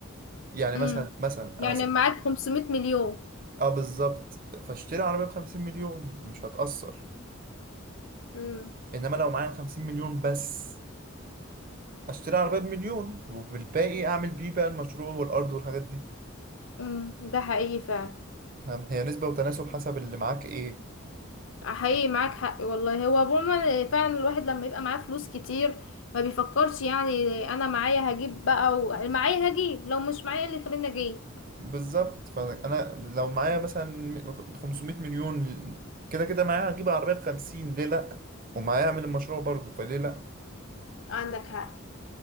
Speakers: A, on the right (about 40°); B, on the left (about 65°).
A: يعني
B: امم
A: مثلا مثلا
B: يعني
A: انا س-
B: معاك خمسمية مليون
A: اه بالظبط فاشتري عربيه ب 50 مليون مش هتاثر
B: امم
A: انما لو معايا 50 مليون بس اشتري عربية بمليون وبالباقي اعمل بيه بقى المشروع والارض والحاجات دي
B: امم ده حقيقي فعلا
A: فاهم؟ هي نسبة وتناسب حسب اللي معاك ايه
B: حقيقي معاك حق والله هو عموما فعلا الواحد لما يبقى معاه فلوس كتير ما بيفكرش يعني انا معايا هجيب بقى و... معايا هجيب لو مش معايا إيه اللي يخليني اجيب
A: بالظبط فانا لو معايا مثلا 500 مليون كده كده معايا هجيب عربية بخمسين ليه لا ومعايا اعمل المشروع برضه فليه لا
B: عندك حق